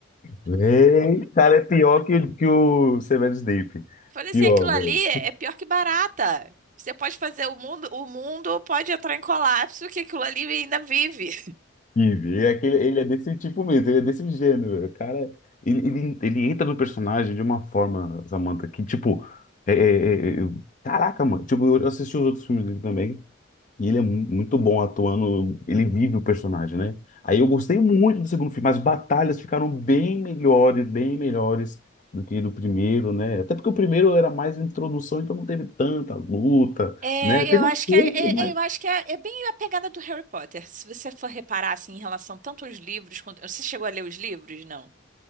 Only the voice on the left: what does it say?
Véi, cara, é pior que, o- que o Severo Snape.
Pior,
velho.
Steve. É aquele, ele é desse tipo mesmo, ele é desse gênero. O cara, ele, ele, ele entra no personagem de uma forma, Samantha, que tipo, é, é, é, é, eu- caraca, mano. Tipo, eu assisti os outros filmes dele também, e ele é mu- muito bom atuando, ele vive o personagem, né? Aí eu gostei muito do segundo filme, as batalhas ficaram bem melhores, bem melhores do que do primeiro, né? Até porque o primeiro era mais introdução, então não teve tanta luta,
né? Teve
um
pouco,